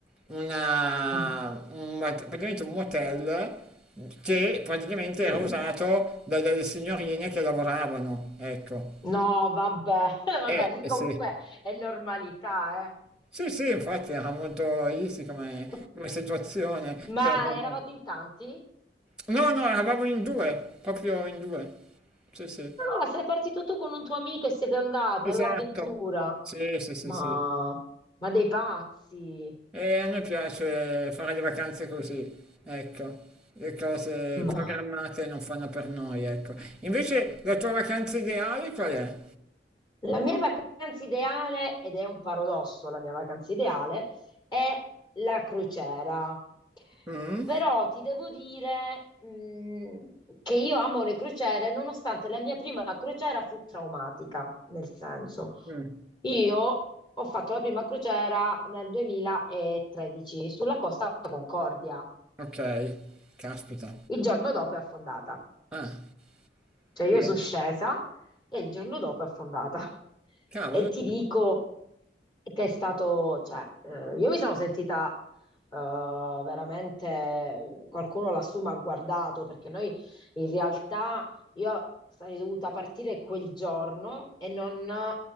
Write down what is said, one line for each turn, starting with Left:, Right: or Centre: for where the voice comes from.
Centre: una,
Left: Mm,
Centre: un, mat- praticamente un motel che praticamente era
Left: Sì.
Centre: usato da delle signorine che lavoravano, ecco.
Left: No, vabbè, <laughs> vabbè,
Centre: Eh,
Left: lì
Centre: eh,
Left: comunque
Centre: sì.
Left: è normalità, eh.
Centre: Sì, sì, infatti era molto easy come,
Left: <laughs>
Centre: come situazione.
Left: Ma
Centre: Cioè, proprio-
Left: eravate in tanti?
Centre: No, no, eravamo in due, proprio in due. Sì, sì.
Left: Ah, sei partito tu con un tuo amico e siete andati
Centre: Esatto.
Left: all'avventura.
Centre: Sì, sì, sì,
Left: Ma,
Centre: sì.
Left: ma dei pazzi.
Centre: E a noi piace fare le vacanze così, ecco. Le cose programmate
Left: Ma
Centre: non fanno per noi, ecco. Invece la tua vacanza ideale qual è?
Left: la mia vacanza ideale, ed è un paradosso, la mia vacanza ideale è la crociera.
Centre: Mm?
Left: Però ti devo dire, mh, che io amo le crociere, nonostante la mia prima crociera fu traumatica, nel senso,
Centre: Mm,
Left: io ho fatto la prima crociera nel 2013 sulla Costa Concordia.
Centre: Ok, caspita.
Left: Il giorno dopo è affondata.
Centre: Ah,
Left: Cioè io
Centre: bene.
Left: sono scesa e il giorno dopo è affondata. <laughs>
Centre: Cavolo,
Left: E ti dico che è stato, cioè, eh, io mi sono sentita eh, veramente, qualcuno lassù mi ha guardato perché noi in realtà io sarei dovuta partire quel giorno e non